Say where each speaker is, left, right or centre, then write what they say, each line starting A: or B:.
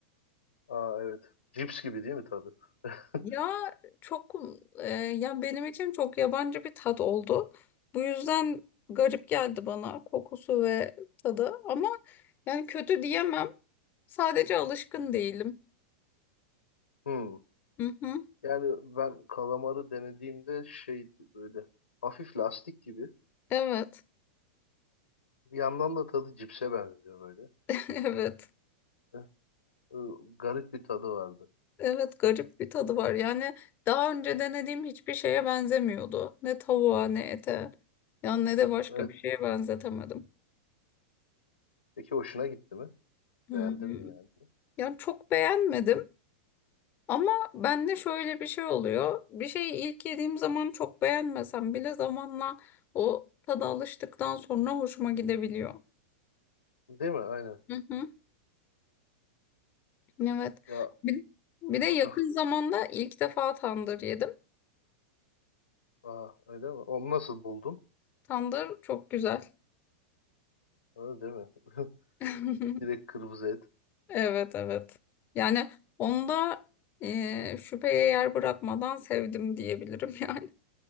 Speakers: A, on the left; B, on the left.
A: Aa evet. Cips gibi değil mi tadı? <laughs>
B: Ya çok e, ya benim için çok yabancı bir tat oldu. Bu yüzden garip geldi bana kokusu ve tadı ama yani kötü diyemem. Sadece alışkın değilim.
A: Hmm.
B: Hı hı.
A: Yani ben kalamarı denediğimde şey böyle hafif lastik gibi.
B: Evet.
A: Bir yandan da tadı cipse benziyor böyle.
B: <laughs> Evet.
A: Heh, ı, Garip bir tadı vardı.
B: Evet garip bir tadı var. Yani daha önce denediğim hiçbir şeye benzemiyordu. Ne tavuğa ne ete.
A: Hı hı.
B: Yani ne de başka
A: Evet.
B: bir şeye benzetemedim.
A: Peki hoşuna gitti mi?
B: Hı
A: Beğendin
B: hı.
A: mi yani?
B: Yani çok beğenmedim. Ama bende şöyle bir şey oluyor. Bir şeyi ilk yediğim zaman çok beğenmesem bile zamanla o tada alıştıktan sonra hoşuma gidebiliyor.
A: Değil mi? Aynen.
B: Hı hı. Evet.
A: Ya
B: Bir, bir de yakın
A: <laughs> ah,
B: zamanda ilk defa tandır yedim.
A: aa, öyle mi? Onu nasıl buldun?
B: Tandır çok güzel.
A: Öyle değil mi? <laughs>
B: <laughs>
A: Direkt kırmızı et.
B: Evet evet. Yani onda e, şüpheye yer bırakmadan sevdim diyebilirim <laughs> yani.